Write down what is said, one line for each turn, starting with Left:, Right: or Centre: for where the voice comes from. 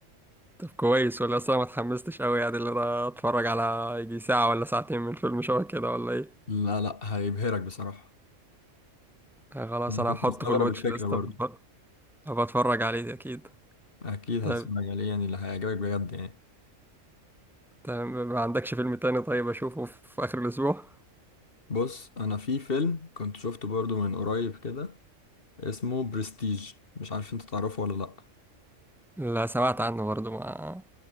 Centre: طب كويس ولا اصلا ما اتحمستش قوي يعني اللي انا اتفرج على يجي ساعة ولا ساعتين من فيلم شبه كده ولا ايه
Left: لا لا هيبهرك بصراحة
Centre: آه خلاص
Left: أنا
Centre: انا
Left: كنت
Centre: هحطه
Left: مستغرب
Centre: في الواتش
Left: الفكرة
Centre: ليست
Left: برضو
Centre: أب- أبقى اتفرج عليه اكيد
Left: أكيد
Centre: طب
Left: هتسمع عليه يعني اللي هيعجبك بجد يعني
Centre: طب ما عندكش فيلم تاني طيب اشوفه في اخر الاسبوع
Left: بص أنا في فيلم كنت شفته برضو من قريب كده اسمه برستيج مش عارف انت تعرفه ولا لأ
Centre: لا سمعت عنه برضو ما